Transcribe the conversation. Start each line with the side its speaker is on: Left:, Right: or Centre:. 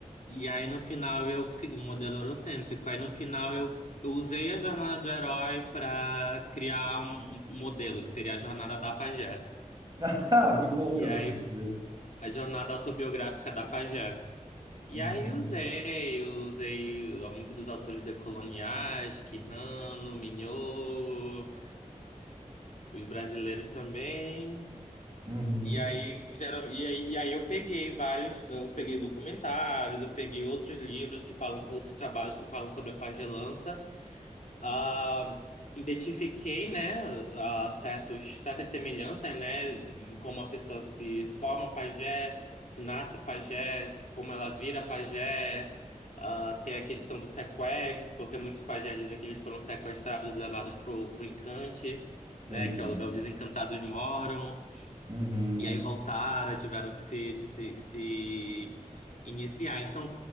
Left: E aí no final eu, cri- modelo eurocêntrico, aí no final eu, eu usei a jornada do herói para criar um, um modelo, que seria a jornada da pajé.
Right: <laughs> Ah, me conta
Left: E
Right: mais
Left: aí
Right: sobre isso.
Left: a jornada autobiográfica da pajé. E
Right: Entendi.
Left: aí usei, usei muitos dos autores decoloniais, Quijano, Mignolo, Os brasileiros também.
Right: Uhum.
Left: E aí, geral, e aí, e aí eu peguei vários, eu peguei documentários, eu peguei outros livros que falam, outros trabalhos que falam sobre a pagelança. Ah, identifiquei, né, ah, certos, certas semelhanças, né, em como a pessoa se forma pajé, se nasce pajé, como ela vira pajé. Ah, tem a questão do sequestro, porque muitos pajés dizem que eles foram sequestrados e levados pro, pro encante,
Right: Eita.
Left: né, que é o lugar onde os encantados moram.
Right: Uhum.
Left: E aí voltaram, tiveram que se, que se, que se iniciar. Então,